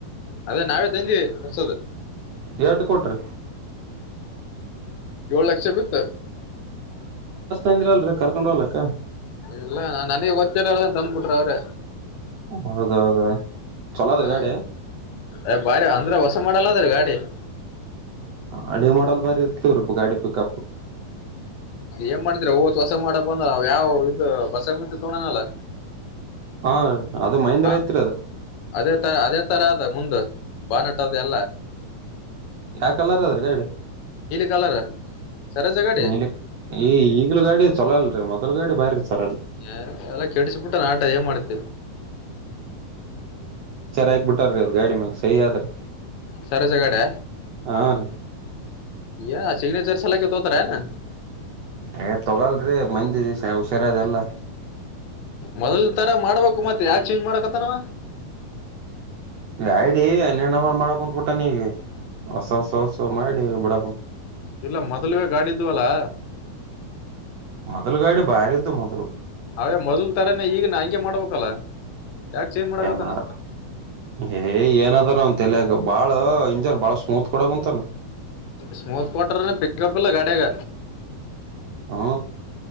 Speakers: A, on the left (about 75°); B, on the right (about 65°).
A: ಅದೇ ನಾವೇ ತಂದಿವವಿ ಹೊಸೋದು
B: ಎರಡು ಕೊಟ್ರಿ
A: ಏಳ್ ಲಕ್ಷ ಬಿತ್ತು
B: ಅಂದ್ರು ಅಲ್ರರಿ ಕರ್ಕೊಂಡ್ ಹೋಗಲಕ್ಕ
A: ಇಲ್ಲ ನಾನ್ ನನಗೆ ಒತ್ತರ ಹೇಳದನ್ ತಂದ್ಬಿಟ್ರೆ ಅವ್ರೆ
B: ಹೌದೌದ ಚಲೋದ್ರಿ
A: ಹಾ
B: ಗಾಡಿ
A: ಅ ಬಾರಿ ಅಂದ್ರೆ ಹೊಸ ಮಾಡಲ್ಲದ್ರೀ ಗಾಡಿ <inaudible>
B: ಹಳಿ ಮಾಡಲ್ ಬರರ್ತವ್ರೀ ಗಾಡಿ ಪಿಕಪ್
A: ಏನ್ ಮಾಡ್ತರ ಓ ಹೊಸ ಮಾಡ ಬಂದ ಅವ ಯಾವ್ ಇದದು ಬಸ ಮತ್ತ ತೋಡನಲ್ಲ
B: ಹಾ ಅದ ಮಹೇಂದ್ರ
A: ಹ
B: ಐತ್ರಿ ಅದ
A: ಅದೇ ತರ ಅದೇ ತರ ಅದ ಮುಂದ ಬಾನಟದ ಅಲ್ಲ
B: ಯಾ ಕಲರ್ ಅದ್ರ ಗಾಡಿ
A: ಕಲರ್ ಸರೋಜ ಗಾಡಿ
B: ನೀಲಿ ಈ ಈಗ್ಲ ಗಾಡಿ ಚಲೋ ಇಲ್ರಿ ಮೊದ್ಲು ಗಾಡಿ ಬಾರಿ <inaudible> ಚಚಾರ
A: ಏ, ಎಲ್ಲ ಕೆಡಿಸ್ಬಿಟ್ಟ ನಾಟ ಏನ್ ಮಾಡ್ತಿ
B: ಹಾಕ್ಬ ಬಿಟ್ಟ್ರೀ ಅದು ಗಾಡಿ ಮಾಗ ಸಹ ಆದ್ರರಿ
A: ಸರ ಸಗಡೆ
B: ಹಾ ರೀ
A: ಯ ಸಿಗ್ನೇಚರ್ ಸಲಕ ತೋತರನಾ
B: ಏ ತಗಲ್ರಿ ಮಂದಿ ಉುಷಾರದೆಲ್ಲ
A: ಮೊದಲ್ ತರ ಮಾಡ್ಬೇಕು ಮತ್ ಯಾ ಚೇಂಜ್ ಮಾಡಕತ್ತನಾವ
B: ರಡಿ ಅರ್ಣವ ಮಾಡಕ ಕುಂತ್ಬುಟ್ಟ ನೀಗ ಹೊಸ ಹೊಸ ಹೊಸ ಮಾಡಿ ಬುಡ
A: ಇಲ್ಲ ಮೊದಲ್ವೆ ಗಾಡಿದ್ವಲ್ಲಾ
B: ಮೊದಲು ಗಾಡಿ ಬಾರಿ ಇದ್ದು ಮೊದಲು
A: ಅವೇ ಮೊದಲ್ ತರಾನ ಈಗ ನ ಹಂಗೆ ಮಾಡ್ಬೇಕಲ್ಲ ಯಾಕೆ ಚೇಂಜ್ ಮಾಡಕತ್ತಾನ
B: ಏ ಮಾಡ ಏ ಏನದ ನನ್ ತಲ ಈಗ ಬಾಳ ಇಂಜನ್ ಬಾಳ ಸ್ಮೂತ್ ಕೊಡಕ್ ಉಂತಾನ
A: ಸ್ಮೂತ್ ಕಟರ್ ಪಿಕಪ್ ಅಲ್ಲ ಗಾಡಿಯಗ
B: ಹಾ